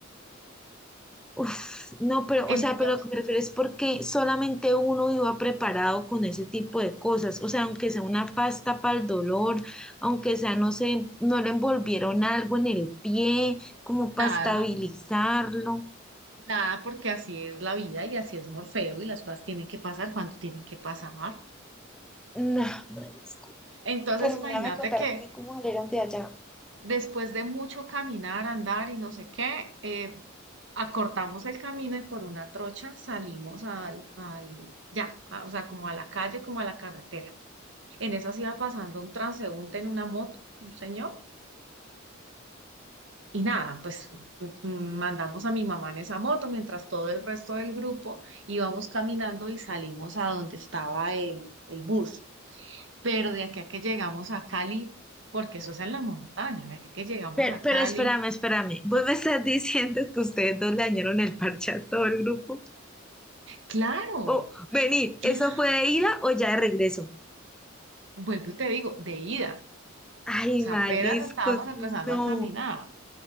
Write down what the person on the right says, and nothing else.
Entonces,
nada.
Nada, porque así es la vida y así es Morfeo y las cosas tienen que pasar cuando tienen que pasar.
Entonces,
imagínate
que
después de mucho caminar, andar y no sé qué, eh, acortamos el camino y por una trocha salimos al, al- ya, a- o sea, como a la calle, como a la carretera. En esas iba pasando un transeúnte en una moto, un señor, Y nada, pues mm, mandamos a mi mamá en esa moto mientras todo el resto del grupo íbamos caminando y salimos a donde estaba el, el bus. Pero de aquí a que llegamos a Cali, porque eso es en la montaña, de aquí a que llegamos
a Cali,
claro,
claro,
vuelvo y te digo, de ida.
O sea,
apenas estábamos empezando
a caminar.